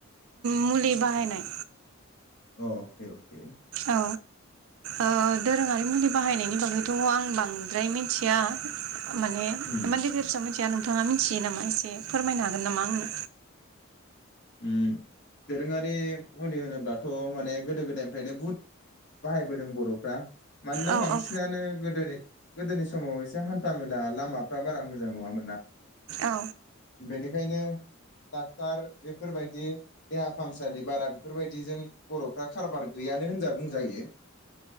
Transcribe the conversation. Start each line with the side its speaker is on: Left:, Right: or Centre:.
Right: मुलि बाहायनाय
Left: अ अके अके
Right: औ ओ दोरोङारि मुलि बाहायनायनि बागैथ' आं बांद्राय मिनथिया माने
Left: उम
Right: एमान गेदेर फिसा मोनथिया नों नोंथाङा मिथियो नामा एसे फोरमायनो हागोन नामा आंनो
Left: ओम दोरोङारि मुलि होनोब्ला थ' माने गोदो गोदायनिफ्रायनो बुहुत बाहायबोदों बर'फ्रा मानोना
Right: औ
Left: बांसिनानो
Right: औ
Left: गोदोनि गोदोनि सम समाव एसे हान्था मेला लामाफ्रा बारा मोजां नङामोन ना
Right: औ
Left: बेनिखायनो डाक्टार बेफोरबायदि देहा फाहामसालि बारा बेफोरबायदिजों बर'फ्रा कारबार गैयानो होन बुंजायो